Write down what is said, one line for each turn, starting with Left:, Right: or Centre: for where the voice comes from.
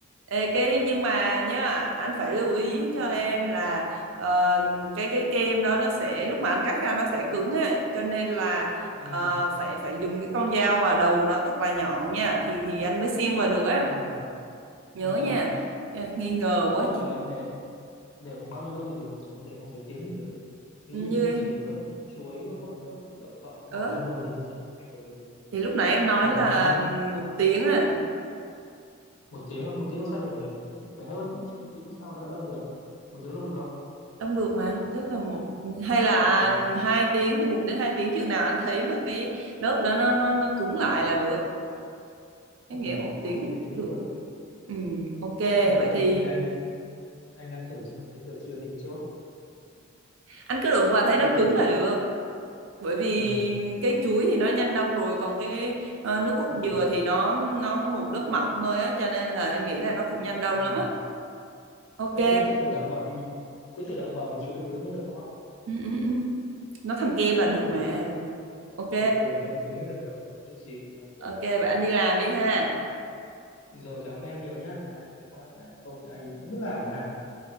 Right: Ê, cái nhưng mà nhá anh phải lưu ý cho em là ờ, cái cái kem đó nó sẽ lúc mà anh cắt ra nó sẽ cứng á cho nên là
Left: ừ
Right: ờ, phải phải dùng cái con dao mà đầu nó thật là nhọn nha thì thì anh mới xiên vào được á
Left: ừ
Right: nhớ
Left: ừ
Right: nha
Left: ừ
Right: Ờ, nghi ngờ
Left: không
Right: quá
Left: mà để để để khoảng bao nhiêu lâu thì được để khoảng mấy tiếng thì được ví
Right: như
Left: dụ như một chỉ một lớp chuối và một lớp đậu phộng với
Right: ớ
Left: khoảng bao nhiêu lâu thì nó thành kem được nhỉ
Right: thì lúc nãy em nói
Left: để
Right: là
Left: khoảng bao nhiêu
Right: một tiếng á
Left: một tiếng không? một tiếng làm sao được nhỉ phải hơn chứ một tiếng làm sao nó đông được một tiếng đông được không
Right: đông được mà tức là một hay là
Left: Ờ,
Right: hai tiếng từ một đến hai tiếng chừng nào anh thấy mà cái lớp đó nó nó nó cứng lại là được
Left: ừ,
Right: em nghĩ một tiếng
Left: ok
Right: là cũng
Left: thế
Right: được
Left: được
Right: ừ, ok
Left: hay là
Right: vậy
Left: anh
Right: thì
Left: anh ra anh anh ăn thử xong thế được chưa thì mình chốt
Right: anh cứ đụng vào thấy
Left: ăn
Right: nó
Left: thử
Right: cứng
Left: trước
Right: là được
Left: vậy
Right: bởi
Left: ừ,
Right: vì cái chuối thì nó nhanh đông rồi còn cái ờ, nước cốt
Left: ừ,
Right: dừa thì nó nó có một lớp mỏng thôi á cho nên là em nghĩ là nó cũng nhanh đông
Left: ừ.
Right: lắm á ok
Left: Ờ, thế là cứ thử động vào thì cứ thử động vào thì chuối nó cứng hơn được đúng không
Right: ừ, ừ, ừ. nó thành kem là được
Left: <laughs>
Right: mà ok
Left: ok thế nó cứng là được nhất trí ok
Right: ok vậy anh đi làm đi ha
Left: rồi cảm ơn em nhiều nhá may may quá của em không thì anh không biết làm thế nào